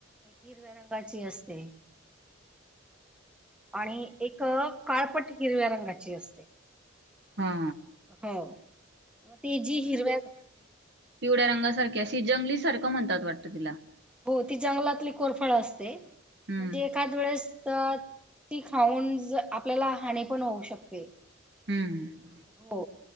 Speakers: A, in the centre; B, on the right.
A: हिरव्या रंगाची असते. आणि एक काळपट हिरव्या रंगाची असते.
B: हा
A: हो मग ते जी हिरव्या
B: पिवड्या रंगासारख्या अशी जंगली सारखं म्हणतात वाटतं तिला
A: हो ती जंगलातली कोरफळ असते
B: हम्म
A: म्हणजे एखाद वेळेस त ती खाऊन आपल्याला हानी पण होऊ शकते.
B: हम्म
A: हो